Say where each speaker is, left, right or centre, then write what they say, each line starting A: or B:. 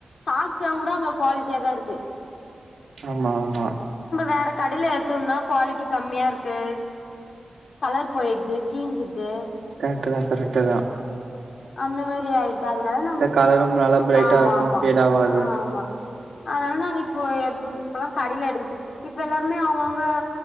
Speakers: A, on the left; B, on the right.
A: சாக்ஸ்ல்லா கூட அங்க குவாலிட்டியாதாருக்கு
B: ஆமா ஆமா
A: வேற கடைல ஏத்தோம்னா குவாலிட்டி கம்மியா இருக்கு கலர் போயிட்த்து கீஞ்சித்து
B: கரெக்ட்டு தா கரெக்ட்டு தா
A: அந்த மேரி ஆயிட்து அதனால நம்ப
B: கலரும் நல்லா பிரைட்டா
A: ஆமா
B: இருக்கு
A: ஆமா
B: ஃபேட் ஆவாது
A: ஆமா அதனால நாங்க இப்போ எங் இப்போல்லா கடைல எடுக்குற்துக் இப்ப எல்லாருமே அவங்கவுங்க